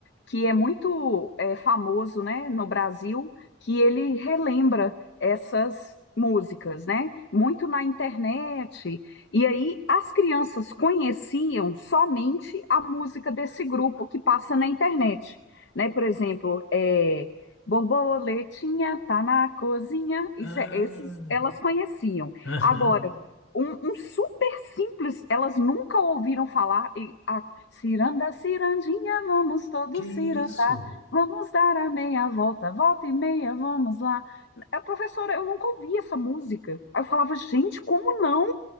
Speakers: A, on the left (about 55°); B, on the left (about 75°).
A: que é muito eh, famoso, né, no Brasil, que ele relembra essas músicas, né, muito na internet. E aí as crianças conheciam somente a música desse grupo que passa na internet. Né, por exemplo, eh, Borboletinha tá na cozinha. Isso
B: Ah,
A: é, esses elas conheciam.
B: aham.
A: Agora, um, um super simples, elas nunca ouviram falar. E a ciranda, cirandinha, vamos todos
B: Que isso?
A: cirandar. Vamos dar a meia volta, volta e meia, vamos lá. A professora, eu nunca ouvi essa música. Aí eu falava, gente, como não?